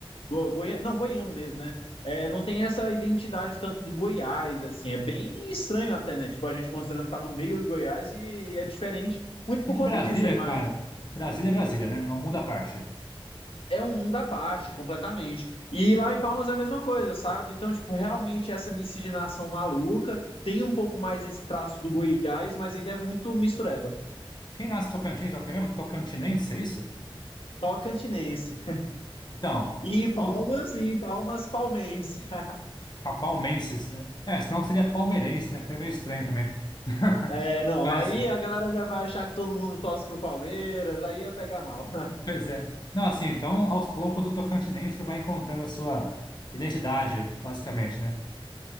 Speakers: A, on the left; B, on the left.
A: Go, goi não, goiano mesmo, né? é, não tem essa identidade tanto do Goiás, assim, é bem estranho até, né? Tipo, a gente considerando estar tá no meio do Goiás e é diferente, muito
B: É
A: por
B: que
A: conta
B: Brasília,
A: disso, eu imagino.
B: cara, Brasília é Brasília, né? É um mundo à parte.
A: É um mundo à parte, completamente. E lá em Palmas é a mesma coisa, sabe? Então, tipo, realmente essa miscigenação maluca tem um pouco mais esse traço do Goiás, mas ainda é muito mistureba.
B: Quem nasce em Tocantins é o que mesmo? Tocantinense, é isso?
A: Tocantinense.
B: Então,
A: E em Palmas,
B: então
A: e em Palmas, palmense. <laughs>
B: pa- palmenses, né? É, senão seria palmeirense, né? Que é meio estranho também. <laughs>
A: É, não,
B: Mas
A: aí
B: assim,
A: a galera já vai achar que todo mundo torce pro Palmeiras, aí ia pegar mal.
B: pois é. Não, assim, então, aos poucos o tocantinense vai encontrando a sua identidade, basicamente, né?